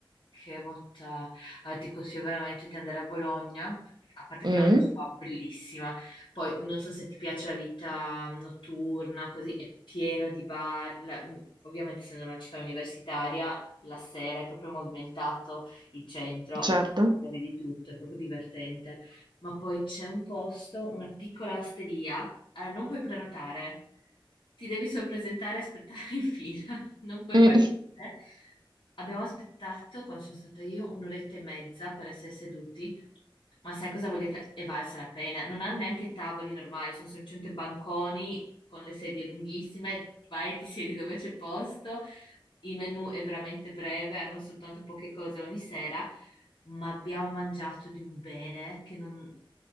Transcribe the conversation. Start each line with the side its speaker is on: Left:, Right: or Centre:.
Left: Che bontà, Eh, ti consiglio veramente di andare a Bologna, a parte
Right: Mm,
Left: che è una città bellissima, poi non so se ti piace la vita notturna, così è pieno di bar, La- mm, ovviamente essendo una città universitaria, la sera è proprio movimentato, il centro
Right: certo,
Left: è trovi di tutto, è proprio divertente, ma poi c'è un posto, una piccola osteria, eh, non puoi prenotare, ti devi solo presentare e aspettare in fila, <laughs> non puoi
Right: Mm,
Left: fare
Right: <laughs>
Left: niente. Abbiamo aspettato, quando sono stata io, un'oretta e mezza per essere seduti, ma sai cosa vuol dire che è valsa la pena? Non hanno neanche tavoli normali, sono semplicemente banconi con le sedie lunghissime, vai e ti siedi dove c'è posto, il menù è veramente breve, hanno soltanto poche cose ogni sera, ma abbiamo mangiato di un bene che non...